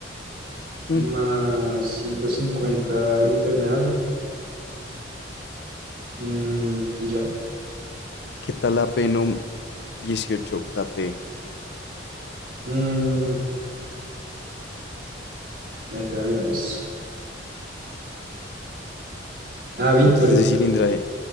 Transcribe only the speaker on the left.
Mm,
¿Qué tal la Venom 18 KT?
Este es de cilindraje.